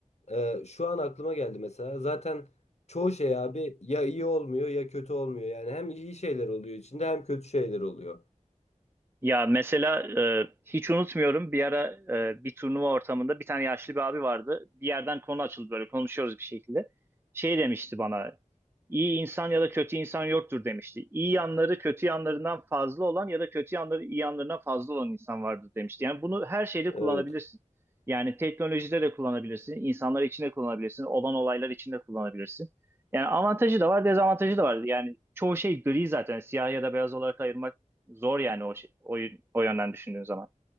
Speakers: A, on the left; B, on the right.
A: ee, şu an aklıma geldi mesela. Zaten çoğu şey abi ya iyi olmuyor ya kötü olmuyor. Yani hem iyi şeyler oluyor içinde hem kötü şeyler oluyor.
B: Ya mesela e, hiç unutmuyorum bir ara e, bir turnuva ortamında bir tane yaşlı bir abi vardı. Bir yerden konu açıldı böyle konuşuyoruz bir şekilde. Şey demişti bana iyi insan ya da kötü insan yoktur demişti. İyi yanları kötü yanlarından fazla olan ya da kötü yanları iyi yanlarından fazla olan insan vardır demişti. Yani bunu her şeyde
A: Evet.
B: kullanabilirsin. Yani teknolojide de kullanabilirsin, insanlar için de kullanabilirsin, olan olaylar için de kullanabilirsin. Yani avantajı da var, dezavantajı da var. Yani çoğu şey gri zaten, siyah ya da beyaz olarak ayırmak Zor yani o, şey- o, o yönden düşündüğün zaman.